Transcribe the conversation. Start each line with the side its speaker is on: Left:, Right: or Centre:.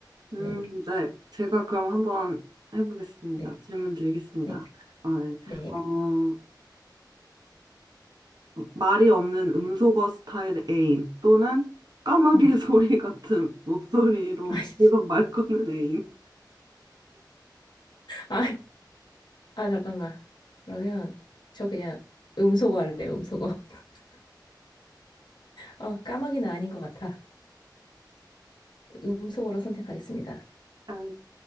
Right: 음,
Left: 네.
Right: 네. 제가 그럼 한번 해보겠습니다.
Left: 네,
Right: 질문 드리겠습니다.
Left: 네,
Right: 아, 네.
Left: 네.
Right: 어, 말이 없는 음소거 스타일 애인 또는 까마귀
Left: 음.
Right: <laughs> 소리 같은 목소리로
Left: <laughs>
Right: 계속 말 거는 애인.
Left: 아, 아, 아, 잠깐만. 그러면 저 그냥 음소거 할래, 음소거. <laughs> 아, 까마귀는 아닌 것 같아. 음소거로 선택하겠습니다.
Right: 아,